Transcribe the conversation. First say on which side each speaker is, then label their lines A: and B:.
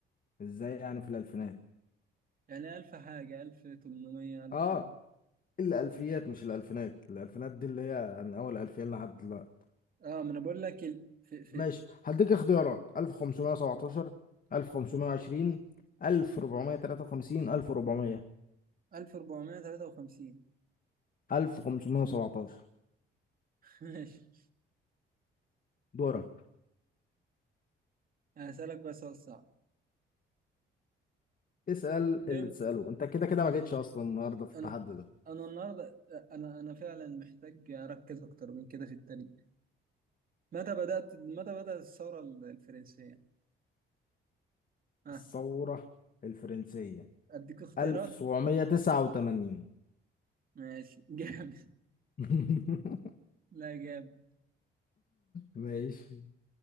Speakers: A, on the left; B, on the right.
A: ازاي يعني في الالفينات
B: يعني ألف حاجة ألف تمنمية ألف
A: اه الالفيات مش الالفينات الالفينات دي اللي هي من اول 2000 لحد دلوقتي
B: آه ما أنا بقول لك ال... في في
A: ماشي هديك اختيارات 1517 1520 1453 1400
B: 1453
A: 1517
B: <laughs> ماشي
A: دورك
B: هسألك بس سؤال صعب
A: اسأل
B: إم-
A: اللي تسأله انت كده كده ما جيتش اصلا النهارده في التحدي
B: انا
A: ده
B: انا النهارده انا انا فعلا محتاج اركز اكتر من كده في التاريخ متى بدات متى بدات الثوره الفرنسيه اه
A: الثورة الفرنسية
B: اديك اختيارات
A: 1789
B: ماشي <laughs> جامد
A: <laughs>
B: لا جامد
A: ماشي